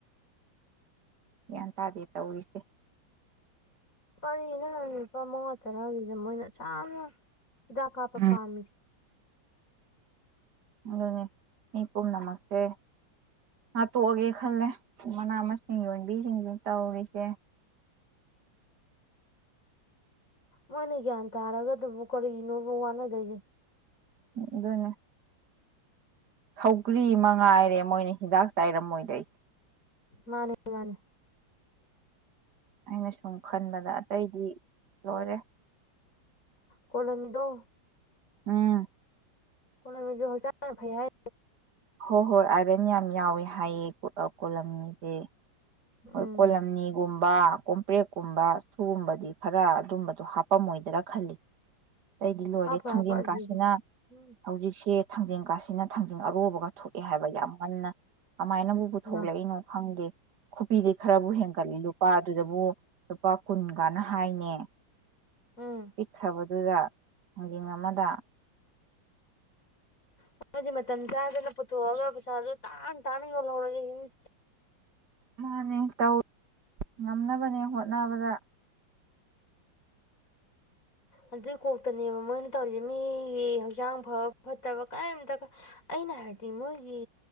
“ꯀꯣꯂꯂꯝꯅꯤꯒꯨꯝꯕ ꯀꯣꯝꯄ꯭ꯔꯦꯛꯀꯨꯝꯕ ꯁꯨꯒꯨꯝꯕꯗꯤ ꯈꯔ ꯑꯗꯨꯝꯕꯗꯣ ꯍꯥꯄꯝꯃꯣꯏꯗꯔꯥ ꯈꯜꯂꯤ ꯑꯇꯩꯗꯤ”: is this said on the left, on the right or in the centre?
Right